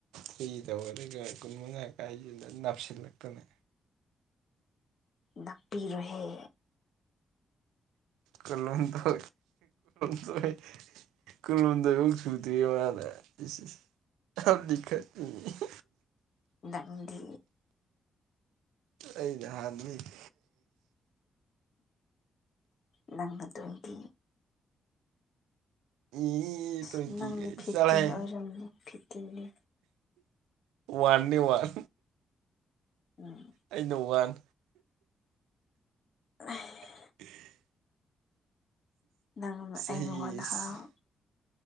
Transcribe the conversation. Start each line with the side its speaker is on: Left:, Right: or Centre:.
Right: ꯁꯤꯒꯤ ꯇꯧ ꯑꯗꯨꯒꯒ ꯀꯨꯟꯃꯉꯥ ꯀꯥꯏꯁꯤꯗ ꯅꯅꯥꯞꯁꯤꯜꯂꯛꯀꯅꯤ
Left: ꯅꯞꯄꯤꯔꯣꯍꯦ
Right: ꯀꯗ ꯀ ꯇꯣꯏ <unintelligible> ꯀꯜꯣꯗ ꯁꯨꯗ꯭ꯔꯤ ꯋꯥꯔ <unintelligible> ꯑ ꯂꯤꯈ <unintelligible>
Left: ꯅꯪꯗꯤ
Right: ꯑꯩꯅꯦ ꯍꯥꯟꯅꯤꯗꯤ
Left: ꯅꯪꯅ ꯇꯨꯋꯦꯟꯇꯤ
Right: ꯏ
Left: ꯑꯁ
Right: ꯇꯨꯋꯦꯟꯇꯤ
Left: ꯅꯪꯗꯤ ꯐꯤꯐꯇꯤꯟ
Right: ꯆꯠꯂꯣꯍꯩ
Left: ꯑꯣꯏꯔꯝꯅꯤ ꯐꯤꯐꯇꯤꯟꯅꯤ
Right: ꯋꯥꯟ ꯅꯦ ꯋꯥꯟ
Left: ꯎꯝ
Right: ꯑꯩꯅ ꯋꯥꯟ
Left: ꯑ
Right: <inaudible>
Left: <inaudible> ꯅꯪꯅ
Right: ꯁꯍꯁ
Left: ꯑꯩꯅ ꯋꯥꯟ ꯍꯥꯐ
Right: <unintelligible>